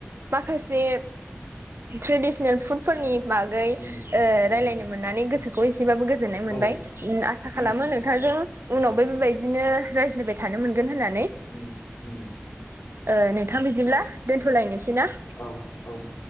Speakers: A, on the right (about 60°); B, on the left (about 60°).
A: माखासे ट्रेडिसनेल फुड फोरनि बागै
B: उम
A: ओ
B: उम
A: रायलायनो मोननानै गोसो खौ एसेबाबो गोजोननाय मोनबाय
B: औ
A: आसा
B: उम
A: खालामो नोंथांजों उनावबो बेबायदिनो रायज्लायबाय थानो मोनगोन होननानै
B: ओम ओम
A: ओ नोंथां बिदिब्ला दोनथ'लायनोसै ना
B: औ औ